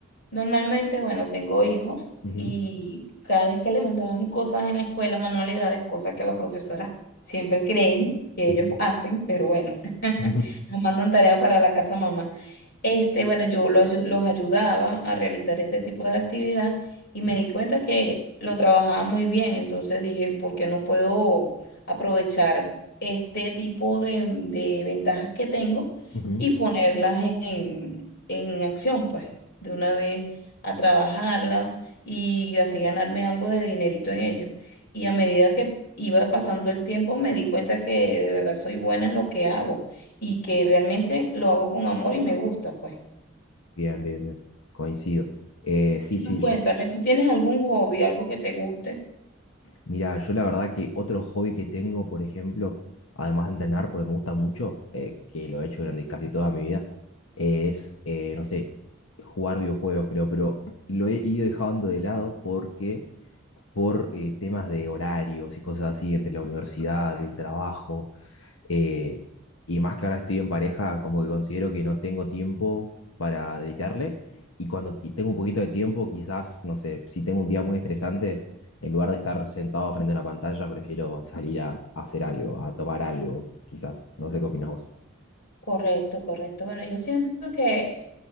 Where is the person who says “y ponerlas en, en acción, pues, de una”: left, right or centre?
Left